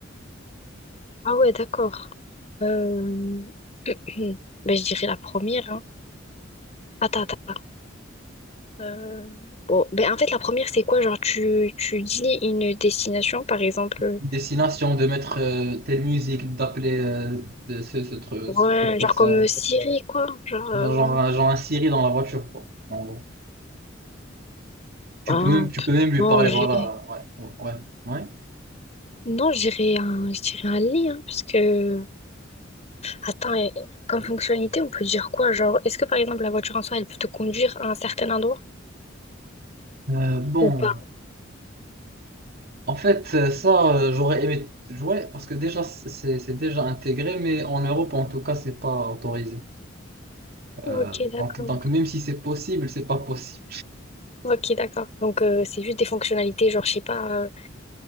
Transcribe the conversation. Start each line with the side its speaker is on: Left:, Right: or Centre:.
Left: Ah ouais, d'accord. Euh... <clears throat> ben, je dirais la première. Hein. Attends, attends. attends. Euh, Bon, ben, en fait, la première, c'est quoi? Genre, tu, tu dis une destination, par exemple.
Right: destination, de mettre euh, telle musique, d'appeler euh, de- ce, ce tru-
Left: Ouais,
Right: cette personne.
Left: genre comme euh, Siri, quoi. Genre, euh,
Right: Genre, un- genre un Siri dans la voiture, quoi, en gros. Tu
Left: ben,
Right: peux même, tu
Left: pff,
Right: peux même lui
Left: non,
Right: parler,
Left: Ouais. j'irai.
Right: voilà. Ouais, ouais, ouais.
Left: Non, j'irai un, je dirais un lit, hein, parce que, attends, euh, comme fonctionnalité, on peut dire quoi? Genre, est-ce que par exemple la voiture en soi, elle peut te conduire à un certain endroit
Right: Euh, bon,
Left: ou pas?
Right: en fait, euh, ça, euh, j'aurais aimé jouer parce que déjà, c'est c'est déjà intégré, mais en Europe, en tout cas, c'est pas autorisé. Euh,
Left: Ok, d'accord.
Right: donc, donc, même si c'est possible, c'est pas possible.
Left: Ok, d'accord. Donc, euh, c'est juste des fonctionnalités, genre, je sais pas. euh,